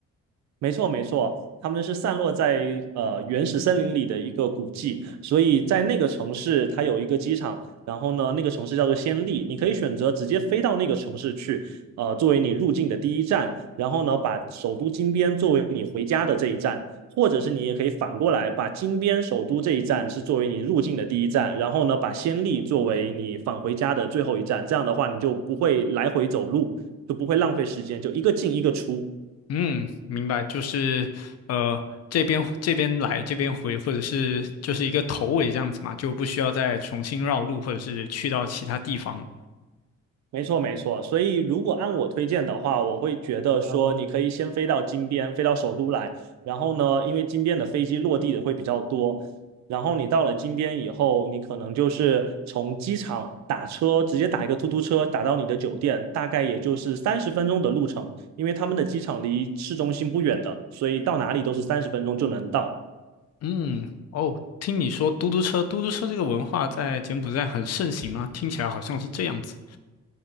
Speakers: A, on the right; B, on the left.
A: 没错，没错，他们是散落在呃原始森林里的一个古迹，所以在那个城市它有一个机场，然后呢，那个城市叫做暹粒，你可以选择直接飞到那个城市去，呃，作为你入境的第一站，然后呢，把首都金边作为你回家的这一站，或者是你也可以反过来把金边首都这一站是作为你入境的第一站，然后呢，把暹粒作为你返回家的最后一站，这样的话你就不会来回走路，就不会浪费时间，就一个进一个出。
B: 嗯，明白，就是呃这边这边来这边回，或者是就是一个头尾这样子嘛，就不需要再重新绕路，或者是去到其他地方。
A: 没错，没错。所以，如果按我推荐的话，我会觉得说，你可以先飞到金边，飞到首都来。然后呢，因为金边的飞机落地的会比较多。然后你到了金边以后，你可能就是从机场打车，直接打一个出租车打到你的酒店，大概也就是三十分钟的路程。因为他们的机场离市中心不远的，所以到哪里都是三十分钟就能到。
B: 嗯，哦，听你说嘟嘟车，嘟嘟车这个文化在柬埔寨很盛行吗？听起来好像是这样子。